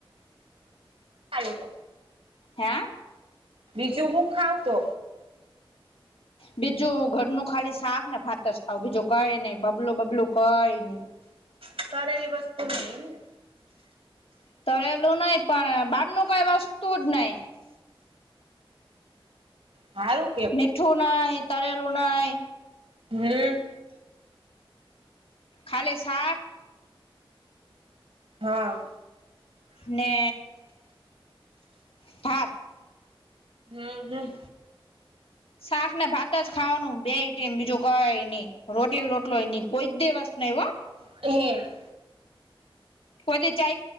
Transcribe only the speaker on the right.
<inaudible>
બીજું હું ખાવં તો
તડેલી વસ્તુ નહી એમને
હારું
હમ્મ.
હા.
હમ્મ હમ્મ.
<unintelligible>